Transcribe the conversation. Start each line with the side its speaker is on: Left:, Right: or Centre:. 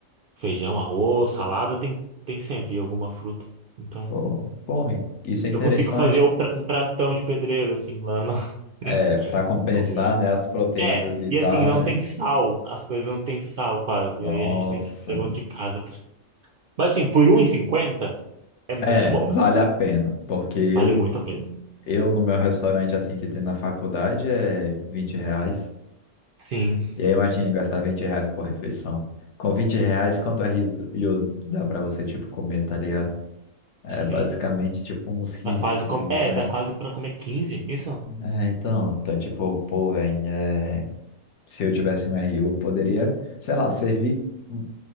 Right: feijão, arroz, salada, tem, tem sempre alguma fruta. Então,
Left: Pô, pô, isso é interessante.
Right: eu consigo fazer o pra- um pratão de pedreiro, assim, lá na <laughs>
Left: É, para compensar,
Right: comer.
Left: né, as proteínas
Right: É,
Left: e
Right: e
Left: tal,
Right: assim, não
Left: né?
Right: tem sal, as coisas não tem sal quase,
Left: Nossa.
Right: e aí a gente tem que ir levando de casa. Mas assim, por um e cinquenta é muito
Left: É,
Right: bom,
Left: vale
Right: né?
Left: a pena, porque eu,
Right: Vale muito a pena.
Left: eu no meu restaurante assim que tem na faculdade é 20 reais.
Right: Sim,
Left: E aí imagina gastar 20 reais por refeição. Com 20 reais, quanto é rio rio dá pra você, tipo, comer, tá ligado? É
Right: sim.
Left: basicamente, tipo, uns 15
Right: Dá quase
Left: dias,
Right: como. É,
Left: né?
Right: dá quase pra comer 15 isso?
Left: É, então, então, tipo, pô, velho, é, se eu tivesse um RU, poderia, sei lá, servir hum,